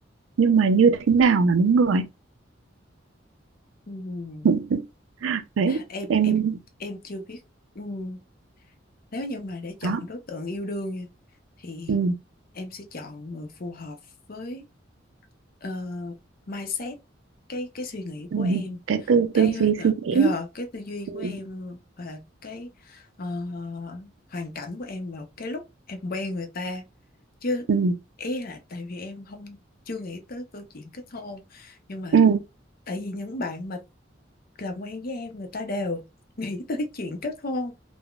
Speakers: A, on the right; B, on the left.
A: nhưng mà như thế nào là đúng người
B: Ừm,
A: <laughs> đấy
B: em
A: em
B: em em chưa biết Ừm, nếu như mà để chọn
A: đó
B: đối tượng yêu đương nha, thì
A: ừ.
B: em sẽ chọn người phù hợp với ờ, mindset cái cái suy nghĩ
A: Ừ.
B: của em
A: cái tư
B: cái
A: tư duy
B: ờ,
A: suy nghĩ
B: ờ, cái tư duy
A: ừ.
B: của em và cái ờ, hoàn cảnh của em vào cái lúc em quen người ta chứ
A: Ừ.
B: ý là tại vì em không chưa nghĩ tới câu chuyện kết hôn nhưng mà
A: Ừ.
B: tại vì những bạn mà làm quen với em người ta đều <laughs> nghĩ tới chuyện kết hôn